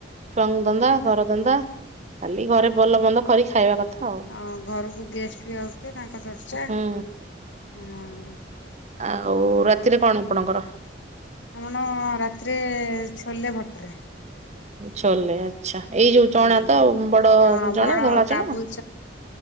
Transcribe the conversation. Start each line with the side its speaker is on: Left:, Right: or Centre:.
Right: ଛୁଆଙ୍ଗ
Left: ହଁ
Right: ଧନ୍ଦା ଘରଧନ୍ଦା ଖାଲି ଘରେ ଭଲ ମନ୍ଦ କରିିକ ଖାଇବା କଥା ଆଉ।
Left: ହଁ ଘରକୁ ଗେଷ୍ଟ ବି ଆଉଥିବେ ତାଙ୍କ ଚର୍ଚ୍ଚା
Right: ହୁଁ
Left: ହଁ।
Right: ଆଉ ରାତିରେ କଣ ଆପଣଙ୍କର?
Left: ଆମଣ ରାତିରେ ଛୋଲେ ଭଟରେ।
Right: ଛୋଲେ ଆଛା ଏଇ ଯୋଉ
Left: ହୁଁ
Right: ଚଣା ତ ବଡ
Left: ହଁ
Right: ଚଣା
Left: ବଡ
Right: ଧଳା
Left: କାବୁଲ
Right: ଚଣା